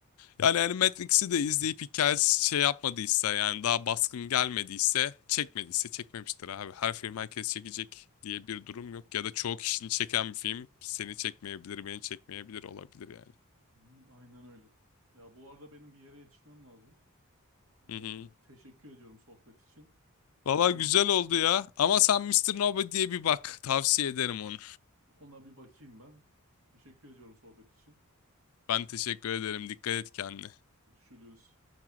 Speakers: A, on the left; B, on the right.
A: Yani hani Matrix'i de izleyip hikayesi şey yapmadıysa yani daha baskın gelmediyse çekmediyse çekmemiştir abi. Her film herkes çekecek diye bir durum yok. Ya da çoğu kişinin çeken bir film seni çekmeyebilir, beni çekmeyebilir olabilir yani.
B: Hı, Aynen öyle. Ya bu arada benim bir yere yetişmem lazım. Ee, Hmm.
A: Hı hı.
B: teşekkür ediyorum sohbet için.
A: Valla
B: Sonra
A: güzel oldu ya. Ama sen Mister Nobody'ye bir bak. Tavsiye ederim onu.
B: ona bir bakayım ben. Teşekkür ediyorum sohbet için.
A: Ben teşekkür ederim. Dikkat et kendine.
B: Görüşürüz.